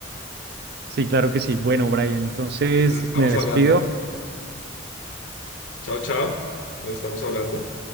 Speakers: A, on the right (about 60°); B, on the left (about 75°).
A: Sí, claro que sí. Bueno, Brian, entonces
B: Entonces estamos
A: me despido.
B: hablando, chao, chao, nos estamos hablando.